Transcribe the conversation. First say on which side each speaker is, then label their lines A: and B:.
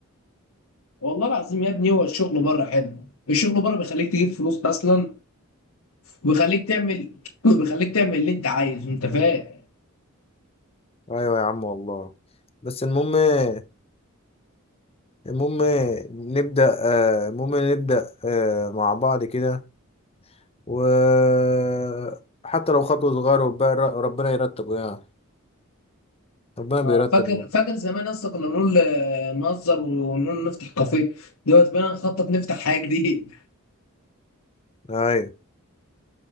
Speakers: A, on the left (about 80°); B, on the left (about 25°).
A: والله العظيم يا ابني هو الشغل بره حلو الشغل بره بيخليك تجيب فلوس أصلا وبيخليك تعمل <clears throat> <laughs> وبيخليك تعمل اللي انت عايزه انت فاهم
B: ايوه يا عم والله بس المهم إيه؟ المهم إيه؟ نبدأ آه المهم نبدأ آه مع بعض كده وحتى لو خطوة صغيرة وبقى ربنا يرتبه يعني ربنا بيرتبه
A: آه، فاكر فاكر زمان اصلا كنا بنقول آه، نهزر ونقول نفتح كافيه دلوقتي بقينا نخطط نفتح حاجه جديده
B: ايوه